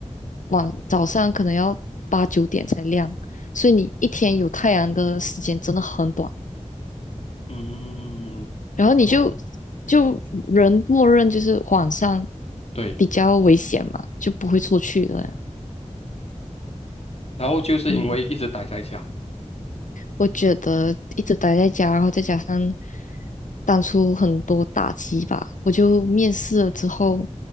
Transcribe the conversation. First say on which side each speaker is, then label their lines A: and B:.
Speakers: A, on the left; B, on the left.
A: 晚早上可能要八九点才亮，所以你一天有太阳的时间真的很短。
B: 嗯，
A: 然后你就
B: 然后
A: 就人默认就是晚上
B: 对，
A: 比较危险嘛，就不会出去的呀
B: 然后就是因为一直待在家。
A: 嗯，我觉得一直待在家，然后再加上当初很多打击吧，我就面试了之后，